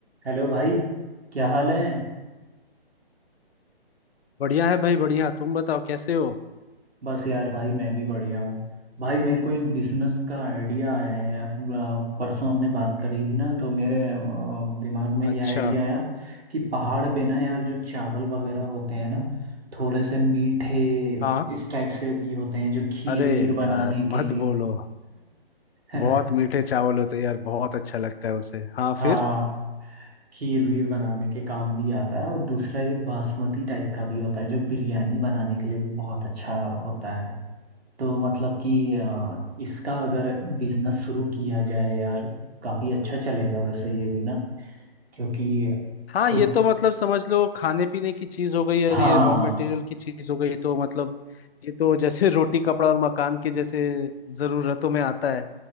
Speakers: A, on the right (about 80°); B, on the left (about 75°).
A: Hello भाई क्या हाल है
B: बढ़िया है भाई बढ़िया तुम बताओ कैसे हो
A: बस यार भाई मैं भी बढ़िया हूँ भाई मेरे को एक बिजनेस का आइडिया आया है यार अ, परसों हमने बात करी थी ना तो मेरे अ, दिमाग में ये
B: अच्छा
A: आइडिया आया कि पहाड़ पे ना यार जो चावल वगैरह होते हैं ना थोड़े से मीठे
B: हाँ
A: इस टाइप से भी होते हैं जो खीर
B: अरे
A: वीर
B: यार
A: बनाने के
B: मत
A: लिए
B: बोलो
A: <laughs>
B: बहुत मीठे चावल होते हैं यार बहुत अच्छा लगता है उसे हाँ
A: हाँ
B: फिर
A: खीर वीर बनाने के काम भी आता है और दूसरा एक बासमती टाइप का भी होता है जो बिरयानी बनाने के लिए भी बहुत अच्छा होता है तो मतलब कि अ, इसका अगर बिजनेस शुरू किया जाए यार काफी अच्छा चलेगा वैसे ये भी ना क्योंकि
B: हाँ
A: खुद
B: ये तो मतलब समझ लो खाने पीने की चीज हो गई और
A: हाँ
B: ये रॉ मटेरियल की चीज हो गई तो मतलब ये तो जैसे <laughs> रोटी कपड़ा और मकान के जैसे जरूरतों में आता है